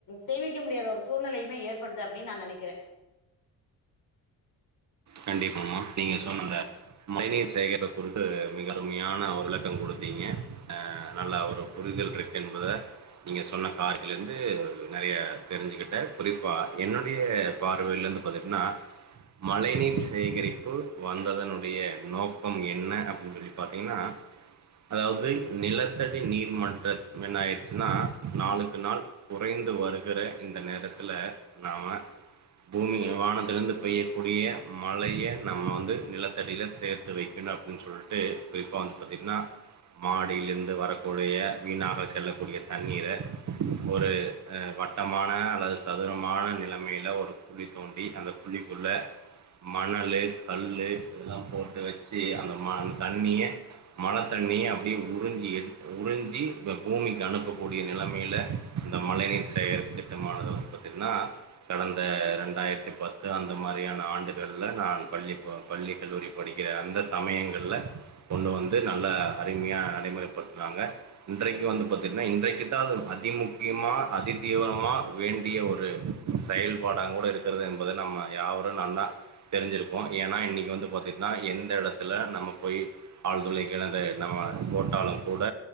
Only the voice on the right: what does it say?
கண்டிப்பமா நீங்க சொன்ன ந்த மழைநீர் சேகரிப்பு குறித்து மிக அருமையான ஒரு விளக்கம் குடுத்தீங்க நல்ல ஒரு புரிதல் கிடைக்கென்பத நீங்க சொன்ன காரிலிருந்து நறைய தெரிஞ்சுக்கிட்ட குறிப்பா என்னுடைய பார்வைலந்து பாத்தீங்னா மழை நீர் சேகரிப்பு வந்ததனுடைய நோக்கம் என்ன அப்டின் சொல்லி பாத்தீங்னா அதாவது நிலத்தடி நீர்மன்ற என்னாயிடுச்சுனா நாளுக்கு நாள் குறைந்து வருகிற இந்த நேரத்துல நாம பூமியு வானத்லந்து பெய்யக்கூடிய மழைய நம்ம வந்து நிலத்தடியில சேத்து வைக்கணு அப்டின் சொல்ட்டு குறிப்பாக வந்து பாத்திங்னா மாடியிலிந்து வரக்கூடிய வீணாக செல்லக்கூடிய தண்ணீர ஒரு அ வட்டமான அல்லது சதுரமான நிலைமையில ஒரு குழி தோண்டி அந்த குழிக்குள்ள மணலு கல்லு இதெல்லா போட்டு வச்சி அந்த மண் தண்ணியே மழத்தண்ணியே அப்டியே உறிஞ்சி எடுத் உறிஞ்சி பூமிக்கு அனுப்பக்கூடிய நிலமைல இந்த மழை நீர் சேகரிப்பு திட்டமானது வந்து பாத்திங்னா கடந்த ரெண்டாயிரத்து பத்து அந்த மாரியான ஆண்டு கள்ல நா பள்ளி பள்ளி கல்லூரி படிக்கிற அந்த சமயங்கள்ல ஒண்ணு வந்து நல்ல அருமையா நடைமுறைப்படுத்னாங்க இன்றைக்கு வந்து பாத்தீங்னா இன்றைக்குத்தா அது அதி முக்கியமா அதிதீவிரமா வேண்டிய ஒரு செயல்பாடாங்கூட இருக்கிறது என்பத நம்ம யாவரும் நல்லா தெரிஞ்சிருப்போம் ஏனா இன்னைக்கு வந்து பாத்திட்னா எந்த எடத்துல நம்ம போய் ஆழ்துளை கிணறு நம்ம போட்டாலும் கூட